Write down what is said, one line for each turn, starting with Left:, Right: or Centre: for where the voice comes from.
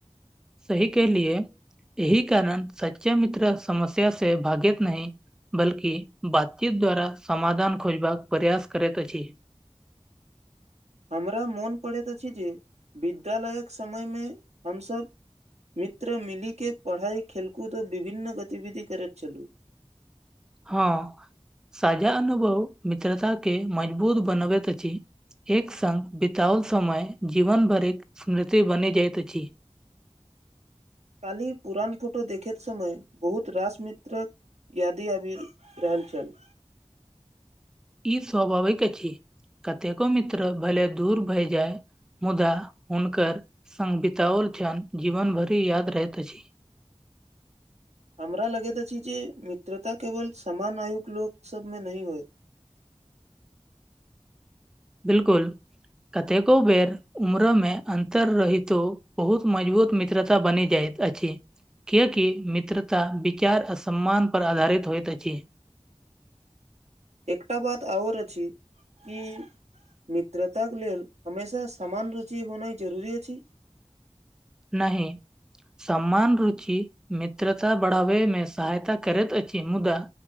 Centre: सही के लिए यही कारण सच्चा मित्र समस्या से भागैत नहि बल्कि बातचीत द्वारा समाधान खोजबाक प्रयास करैत अछि
Right: हमरा मोन पड़ैत अछि जे विद्यालयक समयमे हमसभ मित्र मिलिके पढ़ाइ खेलकूद विभिन्न गतिविधि करैत चलु
Centre: हँ साझा अनुभव मित्रता के मजबूत बनबैत अछि एक सङ्ग बितओल समय जीवन भरिक स्मृति बनि जाइत अछि
Right: काली पुरान फोटो देखे समय बहुत रास मित्रक यादी आबि रहल छल
Centre: ई स्वाभाविक अछि कतेको मित्र भले दूर भय जाय मुदा हुनकर सङ् बिताओल कण जीवन भरि याद रहैत अछि
Right: हमरा लगैत अछि जे मित्रता केवल समान आयुक लोक सबमे नही होय
Centre: बिलकुल कतेको बेेर उम्र मे अन्तर रहितो बहुत मजबूत मित्रता बनि जाइत अछि किएकि मित्रता विचार आ सम्मानपर आधारित होइत अछि
Right: एकटा बात आओर अछि कि मित्रताक लेल हमेशा समान रुचि होनाइ जरूरी अछि
Centre: नहि सम्मान रुचि मित्रता बढ़ावैमे सहायता करैत अछि मुदा